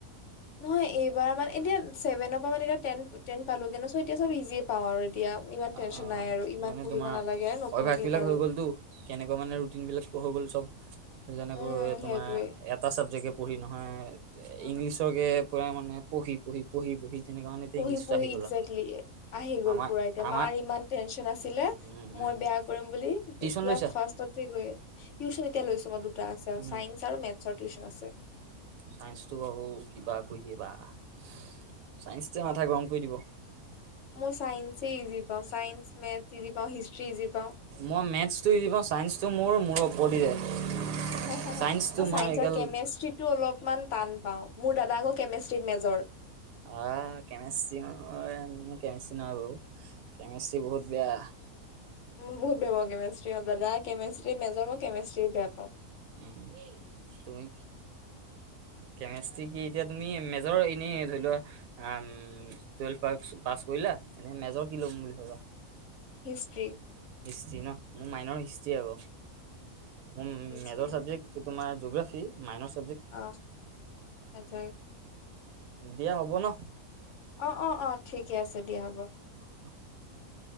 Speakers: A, on the left; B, on the right.
A: নহয় এইবাৰ মানে এতিয়া চছেভেনৰ পৰা মান এতিয়া তেন টেন পালোগে ন চ। এতিয়া চব ইজিয় পাও আৰু এতিয়া ইমান
B: আ,
A: টেনশন
B: আ,
A: নাই আৰু ইমান
B: মানে
A: পঢ়িব
B: তোমাৰ
A: নালাগে আৰু নপঢ়াকে
B: অভ্যাসবিলাক
A: পাৰো।
B: হৈ গ'লতো কেনেকুৱা মানে ৰুটিন বিলাক হৈ গ'ল চব যেনেকৈ
A: উম
B: তোমাৰ
A: সেইটোৱে
B: এটা চাবজেক্ট। পঢ়ি নহয়
A: অ
B: ইংলিছকে পই মানে পঢ়ি - পঢ়ি - পঢ়ি - পঢ়ি। তেনেকুৱা মানে এতিয়া
A: পহ
B: ইংলিছত
A: - পহ
B: আহি
A: একজেক্টলী।
B: গ'লা
A: আহি গ'ল
B: আমাৰ
A: পুৰা এতিয়া
B: আমাৰ
A: মাৰ ইমান টেনচন আছিলে
B: উম
A: মই
B: উম
A: বেয়া কৰিম বুলি তেতিয়া
B: টিউচন লৈছা
A: ফাৰ্ষ্টত। টিউচন এতিয়া লৈছো মই দুটা আছে
B: উম
A: চাইন্স আৰু মেথছৰ টিউশচন আছে।
B: চাইন্সটো বু কিবা কৰি দিয়িবা ছাইঞ্চতে মাথা গৰম কৰি দিব।
A: মই চাইন্স ইজি পাও ছাইন্স মেথ ইজি পাও হিষ্ট ই পাও।
B: মই মেথছটো চাইন্সটো মোৰ - মোৰ ওপৰত যায়।
A: হ- হা
B: চাইন্সটো
A: চাইন্স
B: মই এইগাল
A: আৰু কেমেষ্ট্ৰিতো অলপমান টান পাও মোৰ দাদা আকৌ কেমেষ্ট্ৰিত মেজৰ
B: আহ, কেমিষ্ট্ৰি ম কেমিষ্ট্ৰি ন গ কেমিষ্ট্ৰি বহুত বেয়া।
A: ম বহুত বেয়াও কেমেষ্ট্ৰী - কেমেষ্ট্ৰীৰ মেজৰ মই কেমেষ্ট্ৰী পাও।
B: উম, তুমি কেমেষ্ট্ৰি কি এতিয়া তুমি এনে ধৰি লোৱা টুৱেলভ প - পাছ কৰিলা। এনেই মেজৰ কি ল'ম বুলি ভবা।
A: হিষ্টষ্ট্ৰী
B: হিষ্টি ন মোৰ মাইনৰ হিষ্ট্ৰী হ মোৰ
A: হিষ্ট্ৰী
B: মেজৰ চাবজেক্ট তোমাৰ জিগ্ৰাফী মাইনচ
A: আহ, সটাই
B: দিয়া হ'ব ন
A: অ অ অ ঠিকে আছে দিয়া হ'ব
B: <inaudible>